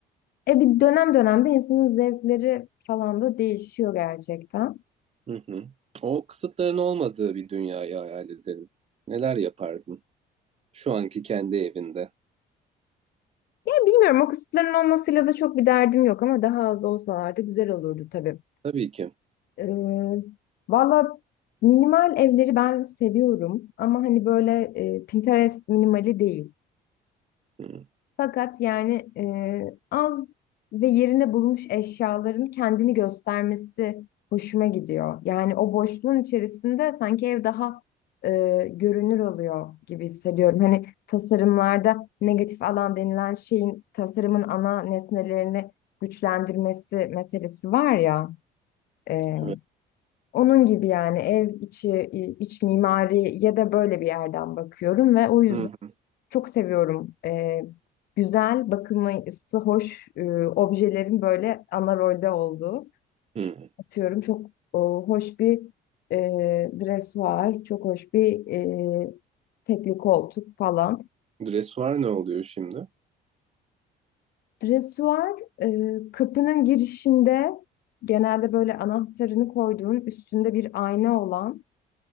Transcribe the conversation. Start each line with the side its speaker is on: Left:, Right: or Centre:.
Left: E bir dönem dönemde insanın zevkleri falan da değişiyor gerçekten.
Right: Hı hı. O kısıtların olmadığı bir dünyayı hayal edelim. Neler yapardın şu anki kendi evinde?
Left: E bilmiyorum o kısıtların olmasıyla da çok bir derdim yok ama daha az olsalardı güzel olurdu tabii.
Right: Tabii ki.
Left: Ee, valla minimal evleri ben seviyorum ama hani böyle e, Pinterest minimali değil.
Right: Hı,
Left: Fakat yani e, az ve yerine bulmuş eşyaların kendini göstermesi hoşuma gidiyor. Yani o boşluğun içerisinde sanki ev daha e, görünür oluyor gibi hissediyorum. Hani tasarımlarda negatif alan denilen şeyin tasarımın ana nesnelerini güçlendirmesi meselesi var ya. e,
Right: evet.
Left: onun gibi yani ev içi, iç mimari ya da böyle bir yerden bakıyorum ve o yüzden
Right: Hı hı.
Left: çok seviyorum. Ee, güzel, bakılması hoş e, objelerin böyle ana rolde olduğu.
Right: Hı.
Left: İşte atıyorum çok o, hoş bir e, dresuar, çok hoş bir e, tekli koltuk falan.
Right: Dressuar ne oluyor şimdi?
Left: Dresuar e, kapının girişinde genelde böyle anahtarını koyduğun üstünde bir ayna olan,